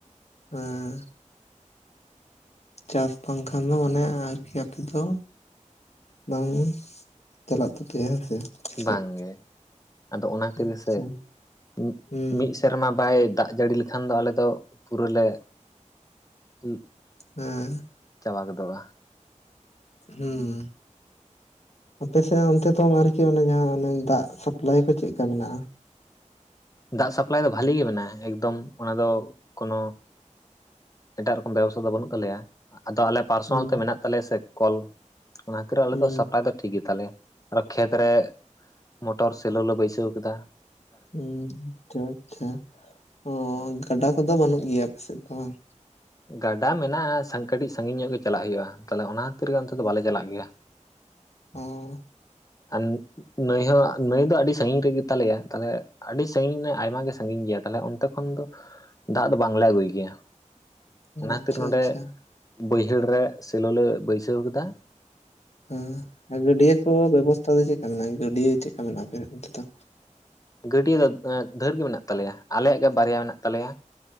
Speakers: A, on the left; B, on the left.
A: ᱦᱮᱸ ᱪᱟᱥ ᱵᱟᱝᱠᱷᱟᱱ ᱫᱚ ᱢᱟᱱᱮ ᱟᱨᱠᱤ ᱟᱯᱮᱫᱚᱼᱼ ᱵᱟᱝ ᱪᱟᱞᱟᱜ ᱛᱟᱯᱮᱭᱟ ᱦᱮᱸ ᱥᱮ, ᱪᱮᱫ
B: ᱵᱟᱝ ᱜᱮ ᱟᱫᱚ ᱚᱱᱟ ᱠᱷᱟᱹᱛᱤᱨ
A: ᱟᱪᱪᱷᱟ
B: ᱜᱮᱥᱮ ᱢᱤᱫ
A: ᱦᱩᱸ
B: ᱢᱤᱫᱼᱼ ᱥᱮᱨᱢᱟ ᱵᱟᱭ ᱫᱟᱜ ᱡᱟᱹᱲᱤ ᱞᱮᱠᱷᱟᱱ ᱫᱚ ᱟᱞᱮ ᱫᱚ ᱯᱩᱨᱟᱹ ᱞᱮ ᱩᱼᱼ
A: ᱦᱮᱸ
B: ᱪᱟᱵᱟ ᱜᱚᱫᱚᱜᱼᱟ᱾
A: ᱦᱩᱸ ᱟᱯᱮ ᱥᱮᱫ ᱚᱱᱛᱮ ᱫᱚ ᱟᱨᱠᱤ ᱚᱱᱮ ᱡᱟᱦᱟᱸ ᱚᱱᱮ ᱫᱟᱜ ᱥᱟᱯᱞᱟᱭ ᱠᱚ ᱪᱮᱫᱠᱟ ᱢᱮᱱᱟᱜᱼᱟ?
B: ᱫᱟᱜ ᱥᱟᱯᱞᱟᱭ ᱫᱚ ᱵᱷᱟᱞᱤ ᱜᱮ ᱢᱮᱱᱟᱜᱼᱟ ᱮᱠᱫᱚᱢ ᱚᱱᱟ ᱫᱚ ᱠᱳᱱᱳᱼᱼ ᱮᱴᱟᱜ ᱨᱚᱠᱚᱢ ᱵᱮᱵᱚᱥᱛᱷᱟ ᱫᱚ ᱵᱟᱹᱱᱩᱜ ᱛᱟᱞᱮᱭᱟ ᱟᱫᱚ ᱟᱞᱮᱼᱼ ᱯᱟᱨᱥᱚᱱᱟᱞ
A: ᱦᱩᱸ
B: ᱛᱮ ᱢᱮᱱᱟᱜ ᱛᱟᱞᱮᱭᱟ ᱥᱮ ᱠᱚᱞ ᱚᱱᱟ ᱠᱷᱟᱹᱛᱤᱨ ᱟᱞᱮ
A: ᱦᱩᱸ
B: ᱫᱚ ᱥᱟᱯᱞᱟᱭ ᱫᱚ ᱴᱷᱤᱠ ᱜᱮᱛᱟᱞᱮᱭᱟ᱾ ᱟᱨᱚ ᱠᱷᱮᱛ ᱨᱮ ᱢᱚᱴᱚᱨ ᱥᱮᱞᱳ ᱞᱮ ᱵᱟᱹᱭᱥᱟᱹᱣ ᱠᱮᱫᱟ᱾
A: ᱦᱸ ᱟᱪᱪᱷᱟ ᱟᱪᱪᱷᱟ ᱚ
B: ᱦᱳᱭ
A: ᱜᱟᱰᱟ ᱠᱚᱫᱚ ᱵᱟᱹᱱᱩᱜ ᱜᱮᱭᱟ ᱟᱯᱮᱥᱮᱫ ᱫᱚ ᱵᱟᱝ?
B: ᱜᱟᱰᱟ ᱢᱮᱱᱟᱜᱼᱟ ᱠᱟᱹᱴᱤᱡ ᱥᱟᱺᱜᱤᱧ ᱧᱚᱜ ᱜᱮ ᱪᱟᱞᱟᱜ ᱦᱩᱭᱩᱜᱼᱟ ᱛᱟᱦᱚᱞᱮ ᱚᱱᱟ ᱠᱷᱟᱹᱛᱤᱨ ᱜᱮ ᱚᱱᱛᱮ ᱫᱚ ᱵᱟᱞᱮ ᱪᱟᱞᱟᱜ ᱜᱮᱭᱟ᱾
A: ᱦᱩ
B: ᱟᱨ ᱱᱟᱹᱭ ᱦᱚᱸ ᱱᱟᱹᱭ ᱫᱚ ᱟᱹᱰᱤ ᱥᱟᱺᱜᱤᱧ ᱨᱮᱜᱮ ᱛᱟᱞᱮᱭᱟ ᱛᱟᱦᱞᱮᱼᱼ ᱟᱹᱰᱤ ᱥᱟᱺᱜᱤᱧ ᱱᱟ ᱟᱭᱢᱟ ᱜᱮ ᱥᱟᱺᱜᱤᱧ ᱜᱮᱭᱟ ᱛᱟᱦᱞᱮ ᱚᱱᱛᱮ ᱠᱷᱚᱱ ᱫᱚ ᱫᱟᱜ ᱫᱚ ᱵᱟᱝᱞᱮ ᱟᱹᱜᱩᱭ ᱜᱮᱭᱟ᱾ ᱚᱱᱟ ᱠᱷᱟᱹᱛᱤᱨ
A: ᱟᱪᱪᱷᱟ
B: ᱱᱚᱰᱮ
A: ᱟᱪᱪᱷᱟ
B: ᱵᱟᱹᱭᱦᱟᱹᱲ ᱨᱮ ᱥᱮᱞᱚ ᱞᱮ ᱵᱟᱹᱭᱥᱟᱹᱣ ᱠᱮᱫᱟ᱾
A: ᱦᱮᱸ ᱟᱨ ᱜᱟᱹᱰᱭᱟᱹ ᱠᱚ ᱵᱮᱵᱚᱥᱛᱷᱟ ᱫᱚ ᱪᱮᱫ ᱞᱮᱠᱟ ᱢᱮᱱᱟᱜᱼᱟ ᱜᱟᱹᱰᱭᱟᱹ ᱪᱮᱫ ᱞᱮᱠᱟ ᱢᱮᱱᱟᱜᱼᱟ ᱟᱯᱮ ᱚᱱᱛᱮ ᱫᱚ
B: ᱜᱟᱹᱰᱭᱟᱹ ᱫᱚ ᱰᱷᱮᱨ ᱜᱮ ᱢᱮᱱᱟᱜ ᱛᱟᱞᱮᱭᱟ ᱟᱞᱮᱭᱟᱜ ᱜᱮ ᱵᱟᱨᱭᱟ ᱢᱮᱱᱟᱜ ᱛᱟᱞᱮᱭᱟ